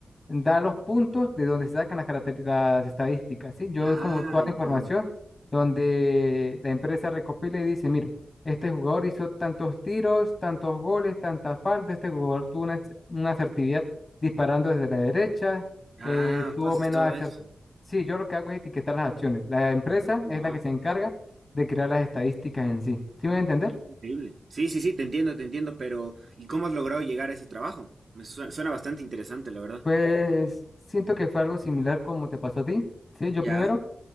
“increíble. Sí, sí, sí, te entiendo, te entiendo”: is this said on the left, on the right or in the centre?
Right